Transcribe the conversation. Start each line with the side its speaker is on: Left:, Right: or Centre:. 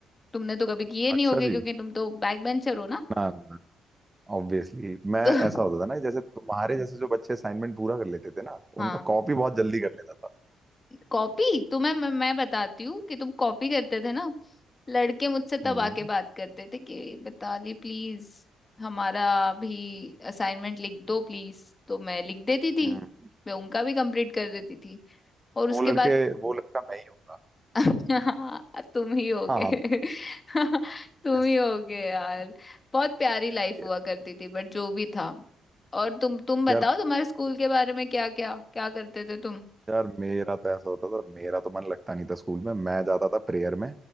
Left: तुमने तो कभी किए
Right: अच्छा
Left: नहीं होगे
Right: जी
Left: क्योंकि तुम तो बैक बेंचर हो ना
Right: ना ना ऑब्वियसली मैं
Left: तो <laughs>
Right: ऐसा होता था ना जैसे तुम्हारे जैसे जो बच्चे असाइनमेंट पूरा कर लेते थे ना
Left: हाँ
Right: उनका कॉपी बहुत जल्दी कर लेता था
Left: कॉपी तुम्हें मैं, मैं बताती हूँ कि तुम कॉपी करते थे ना लड़के मुझसे तब
Right: हम्म
Left: आके बात करते थे कि मिताली प्लीज हमारा भी असाइनमेंट लिख दो प्लीज तो मैं लिख देती थी
Right: हम्म
Left: मैं उनका भी कंप्लीट कर देती थी और
Right: वो
Left: उसके
Right: लड़के
Left: बाद
Right: वो लड़का मैं ही हूँगा
Left: <laughs> हाँ, तुम ही हो
Right: हाँ
Left: गए
Right: हाँ
Left: <laughs> तुम
Right: Yes
Left: ही हो गए यार बहुत प्यारी लाइफ
Right: yes yes
Left: हुआ करती
Right: yes
Left: थी बट जो भी था और तुम तुम बताओ
Right: यार
Left: तुम्हारे स्कूल के बारे में क्या क्या क्या करते थे तुम
Right: यार मेरा तो ऐसा होता था मेरा तो मन लगता नहीं था स्कूल में मैं जाता था प्रेयर में